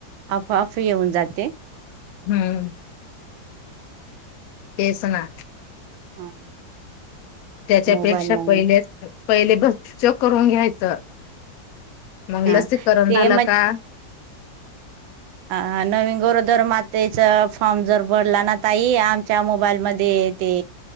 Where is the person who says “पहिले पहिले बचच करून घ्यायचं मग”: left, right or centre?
Left